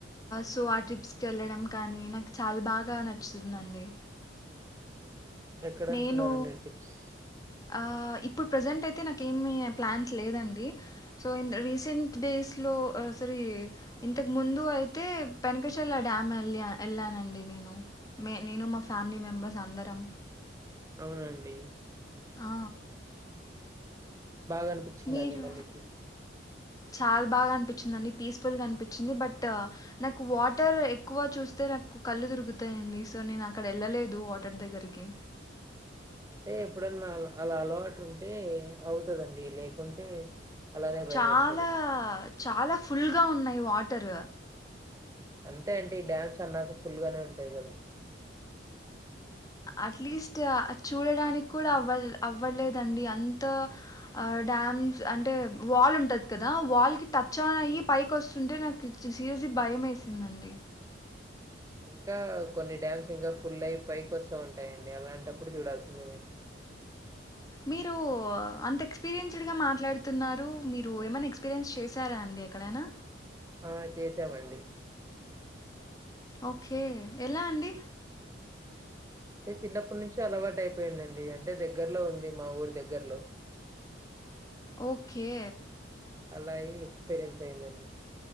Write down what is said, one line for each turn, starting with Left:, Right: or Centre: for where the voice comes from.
Left: సో ఆ ట్రిప్స్కి కెళ్ళడం కానీ నాకు చాలా బాగా నచ్చుతుందండి
Right: హ్మ ఎక్కడ
Left: నేను
Right: అనుకున్నారండి ట్రిప్స్
Left: ఆ ఇప్పుడు ప్రజెంట్ అయితే నాకు ఏమీ ప్లాన్స్ లేదండి సో రీసెంట్ డేస్లో ఆ సారీ ఇంతకు ముందు అయితే పెనకషర్ల డ్యామ్ వెళ్ వేళ్ళానండి నేను మే నేను మా
Right: ఉమ్,
Left: ఫ్యామిలీ మెంబర్స్ సందరం
Right: అవునండి
Left: ఆ,
Right: బాగా అనిపిచ్చిందా
Left: మీరు
Right: అండి మళ్ళెట్రీ
Left: చాలా బాగా అనిపించింది అండి పీస్ ఫుల్ గా అనిపించింది బట్ నాకు వాటర్ ఎక్కువ చూస్తే నాకు కళ్ళు తిరుగుతాయండి సో నేను అక్కడ వెళ్ళలేదు వాటర్ దగ్గరికి
Right: అంటే ఎప్పుడన్నా అలా అలవాటు ఉంటే అవుతా దండి లేకుంటే అలానే భయం
Left: చాలా
Right: వేస్తది
Left: చాలా ఫుల్గా ఉన్నాయి వాటర్
Right: అంతే అండి ఈ డ్యామ్స్ అన్నాకు ఫుల్గానే ఉంటాయి కదా
Left: అట్లీస్ట్ చూడడానికి కూడా అవల్ అవ్వలేదండి అంతా డ్యామ్స్ అంటే వాల్ ఉంటాది కదా వాల్ కి టచ్ ఆన్ అయి పైకి వస్తుంటే నాకు సీరియస్లీ భయం వేసిందండి
Right: ఇంకా కొన్ని డ్యామ్స్ ఇంకా ఫుల్ అయి పైకి వస్తా ఉంటాయండి అలాంటప్పుడు చూడాల్సింది మీరు
Left: మీరు అంత ఎక్స్పీరియన్స్డ్గా మాట్లాడుతున్నారు మీరు ఏమైనా ఎక్స్పీరియన్స్ చేశారా అండి ఎక్కడైనా
Right: ఆ చేసామండి
Left: ఓకే ఎలా అండి
Right: అంటే చిన్నప్పటి నుంచి అలవాటు అయిపోయిందండి అంటే దగ్గర్లో ఉంది మా ఊరి దగ్గర్లో
Left: ఓకే
Right: అలా యే ఎక్స్పీరియన్స్ అయ్యిందండి